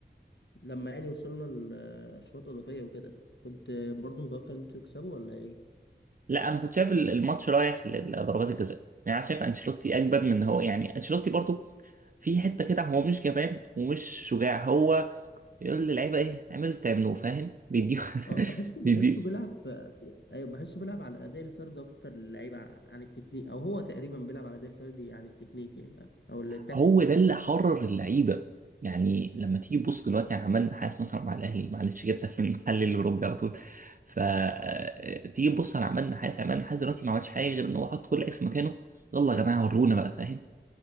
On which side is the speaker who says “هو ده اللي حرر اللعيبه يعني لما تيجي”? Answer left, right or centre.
Right